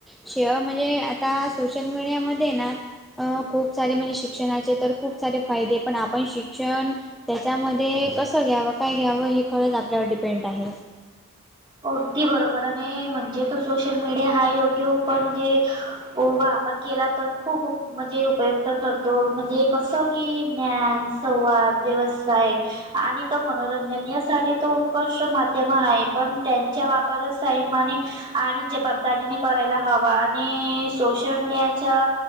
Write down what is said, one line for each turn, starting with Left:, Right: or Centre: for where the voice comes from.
Centre: शेअर म्हणजे आता सोशल मीडियामध्ये ना अं खूप सारे म्हणजे शिक्षणाचे तर खूप सारे फायदे पण आपण शिक्षण त्याच्यामध्ये कसं घ्यावं काय घ्यावं हे खरंच आपल्यावर डिपेंड आहे
Right: अगदी बरोबर आणि म्हणजे तो सोशल मीडिया हा योग्य उपाय म्हणजे वापर केला तर खूप म्हणजे उपयुक्त ठरतो म्हणजे कसं की ज्ञान, संवाद, व्यवसाय आणि तो मनोरंजन यासाठी तर उत्कृष्ट माध्यम आहे पण त्यांच्या वापरच साईमाने आणि जबाबदारीने करायला हवा आणि सोशल मीयाच्या